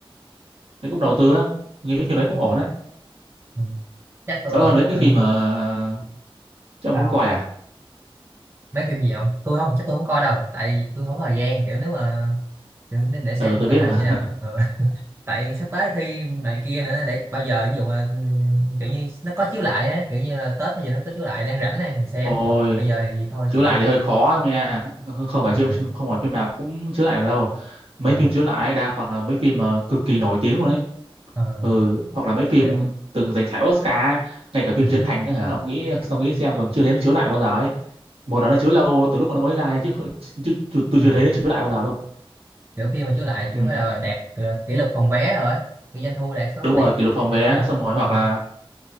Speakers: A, on the right; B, on the right.
A: thấy cũng đầu tư á tôi nghĩ cái phim đấy cũng ổn đấy
B: ừ. chắc tôi
A: đỡ
B: cũng
A: hơn mấy cái
B: ờ,
A: phim mà chứ ông
B: sao
A: cũng coi à
B: mấy phim gì không tôi không chắc tôi không coi đâu tại tôi không có thời gian kiểu nếu mà kiểu để, để xem
A: ừ tôi
B: tình
A: biết
B: hình
A: mà
B: như nào
A: <laughs>
B: Ờ, <laughs> tại sắp tới thi này kia nữa để bao giờ ví dụ mà ừm, kiểu như nó có chiếu lại á kiểu như là Tết hay gì nó có chiếu lại đang rảnh này thì xem
A: ôi
B: còn bây giờ thì thôi
A: chiếu
B: chịu
A: lại thì hơi khó em nha Ừ, không phải
B: ừ.
A: phim không phải phim nào cũng chiếu lại được đâu mấy
B: ờ,
A: phim chiếu lại đa phần là mấy phim mà cực kỳ nổi tiếng luôn ấy
B: ờ,
A: ừ, hoặc là mấy phim
B: kiểu
A: từng giành giải Oscar ấy, ngay cả phim
B: ừ.
A: Trấn Thành ấy, hả ông nghĩ ông nghĩ xem còn chưa thấy nó chiếu lại bao giờ ấy một là nó chiếu lâu từ lúc mà nó mới ra nha chứ, không- chứ, chứ tôi
B: Rồi.
A: chưa thấy nó chiếu lại bao giờ luôn
B: kiểu phim mà chiếu lại
A: ừ.
B: kiểu phải là đạt ờ, kỷ lục phòng vé rồi á cái doanh thu đạt số
A: đúng
B: tỷ
A: rồi kỷ lục phòng vé
B: kỷ lục
A: xong rồi
B: Ờ,
A: hoặc là